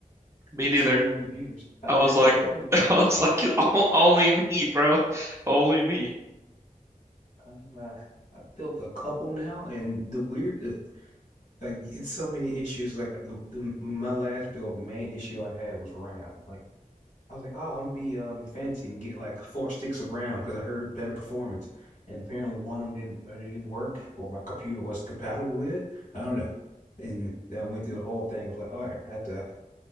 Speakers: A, on the right; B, on the left.
A: Me
B: Like
A: neither.
B: so many computers. <laughs> I've
A: I
B: never
A: was like,
B: heard of
A: <laughs>
B: that.
A: I was like,
B: <laughs>
A: "O- only me, bro, only me.
B: uh, I've built a couple now, and the weird, uh, like it's so many issues. Like the, the my last build, the main issue I had was RAM. Like I was like, oh, I'm gonna be um fancy and get like four sticks of RAM because I heard better performance. And apparently one of them didn't, or they didn't work, or my computer wasn't compatible with it. I don't know. And then I went through the whole thing of like, all right, I have to